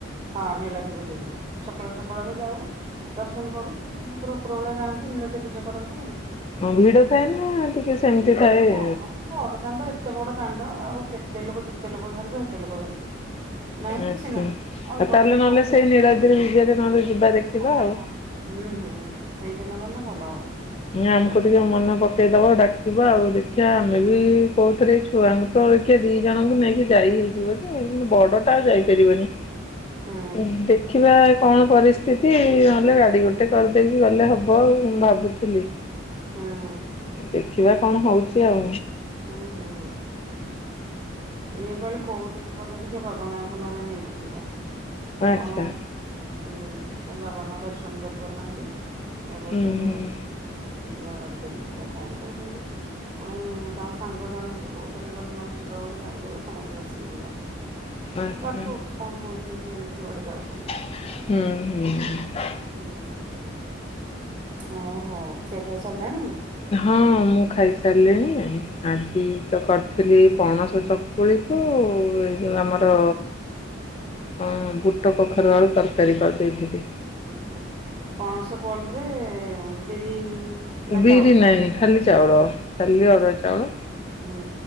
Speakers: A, on the right; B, on the left.
A: ହଁ ନୀଳାଦ୍ରି ବିଜେ ଦିନ ସକାଳୁ ସକାଳୁ ଆମେ ଯାଉ ଦର୍ଶନ କରୁ <unintelligible> ମହାପ୍ରଭୁ ଉପରବେଳା ଯାଆନ୍ତି ନୀଳାଦ୍ରି ବିଜେ କରନ୍ତି ଆଉ।
B: ହଁ ଭିଡ ଥାଏ ନା ଟିକେ ସେମିତି ଥାଏ?
A: ନା ମ ବଡ ଦାଣ୍ଡ ଏତେ ବଡ ଦାଣ୍ଡ ଆଉ କେତେ ଲୋକ ଯେତେ ଲୋକ ଧରିବେ ସେତେ ଲୋକ ଧରିବେ। ନାଇଁ
B: ଆଚ୍ଛା
A: କିଛି ନାଇଁ ଅଳ୍ପ
B: ଆଉ ତାହେଲେ
A: ଲୋକ
B: ନହେଲେ
A: ଥାଆନ୍ତି
B: ସେଇ
A: ଅତି
B: ନୀଳାଦ୍ରି ବିଜେରେ ନହେଲେ ଯିବା ଦେଖିବା
A: ଓ ହଁ
B: ଆଉ।
A: ହଁ। ହୁଁ ହୁଁ ହୁଁ ସେଇଦିନ ଗଲେ ଭଲ ହବ।
B: <unintelligible> ଆମକୁ ଟିକେ ମନେ ପକେଇଦବ ଡାକିବ ଆଉ ଦେଖିବା ଆମେ ବି କୋଉଥିରେ ଛୁ ଛୁଆଙ୍କୁ ତ ଏଇଖା ଦି ଜଣଙ୍କୁ ନେଇକି ଯାଇ ହେଇଯିବ ଯେ କିନ୍ତୁ ବଡ ଟା ଯାଇପାରିବନି।
A: ହୁଁ
B: ଉଁ ଦେଖିବା କଣ ପରିସ୍ଥିତି ନହଲେ ଗାଡି ଗୋଟେ କରିଦେଇକି ଗଲେ ହବ ଆଉ ମୁଁ ଭାବୁଥିଲି।
A: ହୁଁ।
B: ଦେଖିବା କଣ ହଉଛି ଆଉ।
A: ହୁଁ ହୁଁ ହୁଁ। ଇଏ ବା ଏଇଲେ କହୁଥିଲେ କହିଲେ କି ଯେ ବାବା ମାଆଙ୍କୁ ନହେଲେ ନେଇକି ଯିବା।
B: ଆଚ୍ଛା।
A: କଣ ହଉ ହୁଁ କହିଲେ ବାବା ମାଆ ଦର୍ଶନ କରିପାରୁନାହାନ୍ତି ଏ ବର୍ଷ
B: ହୁଁ
A: ଯଦି
B: ହୁଁ
A: ହବ ଯିବା ଗାଡି କରିକି ଯିବା କଣ କହୁଛନ୍ତି। ପୁଣି ତାଙ୍କ ସାଙ୍ଗ ଜଣେ ବି କହୁଥିଲେ କହିଲେ ନହେଲେ ଯିବା ଗୋଟ ଗୋଟେ ଗାଡି କରିଦବା ସମସ୍ତେ ମିଶିକି ଯିବା
B: ଆଚ୍ଛା
A: ଆଉ ପାଖକୁ କଣ ହଉଛି କେମିତି କୁଆଡେ ଯାଉଛନ୍ତି।
B: ହୁଁ ହୁଁ ହୁଁ।
A: ହୁଁ ଓ ହୋ ଖିଆ ପିଆ ସରିଲାଣି?
B: ହଁ ମୁଁ ଖାଇସାରିଲିଣି ଆଜି ତ କରିଥିଲି ଏଇ ପଣସ ଚକ୍ କୁଳିକୁ ଏ ଯେଉଁ ଆମର
A: ହ <inaudible>
B: ହଁ ବୁଟ କଖାରୁ ଆଳୁ ତରକାରୀ କରିଦେଇଥିଲି।
A: ଉଁ ହୁଁ ପଣସ ପଲ୍ପରେ ବିରି ନା
B: ବିରି
A: ଚାଉଳ?
B: ନାହିଁ
A: ହୁଁ
B: ଖାଲି ଚାଉଳ ଖାଲି ଅରୁଆ ଚାଉଳ
A: ହୁଁ